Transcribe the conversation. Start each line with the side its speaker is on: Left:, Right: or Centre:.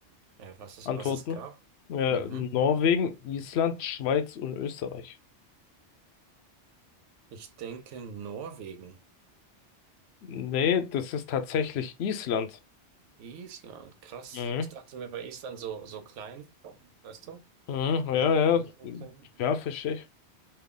Right: äh, was es,
Left: Antworten?
Right: was es gab?
Left: Äh,
Right: Mhm.
Left: Norwegen, Island, Schweiz und Österreich.
Right: Ich denke Norwegen,
Left: Nee, das ist tatsächlich Island.
Right: Island, krass.
Left: Mhm.
Right: Ich dachte mir bei Island so, so klein, weißt du,
Left: Mhm,
Right: dass
Left: ja,
Right: es nicht
Left: ja,
Right: funktioniert.
Left: ja, verstehe ich.